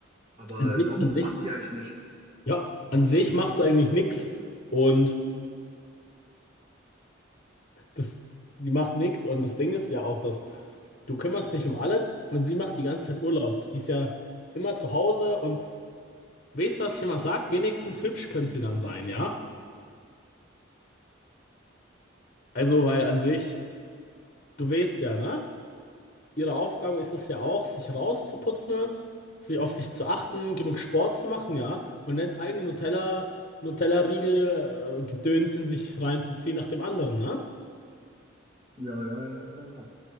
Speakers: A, on the right; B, on the left.
A: Aber
B: an sich,
A: sonst
B: an sich,
A: macht die eigentlich nichts.
B: ja, an sich macht's eigentlich nix und das, die macht nix und das Ding ist ja auch, dass du kümmerst dich um alles und sie macht die ganze Zeit Urlaub. Sie ist ja immer zu Hause und weißt du, was ich immer sag? Wenigstens hübsch könnte sie dann sein, ja? Also, weil an sich, du weißt ja, ne? ihre Aufgabe ist es ja auch, sich rauszuputzen, sich auf sich zu achten, genug Sport zu machen, ja, und nicht einen Nutella, Nutella-Riegel, äh, Gedöns in sich reinzuziehen nach dem anderen, ne?
A: Ja, ja, ja, ja, ja.